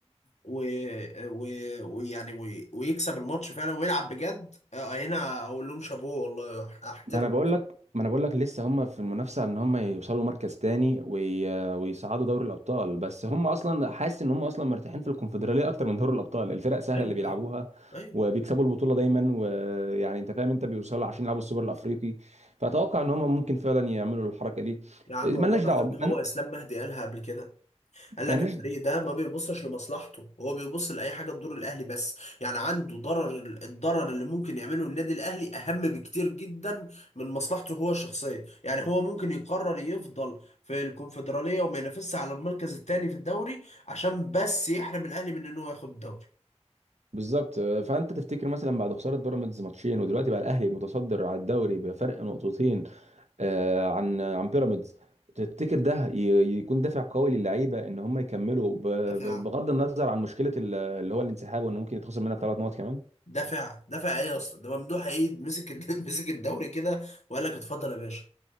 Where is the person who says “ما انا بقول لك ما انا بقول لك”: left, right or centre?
Right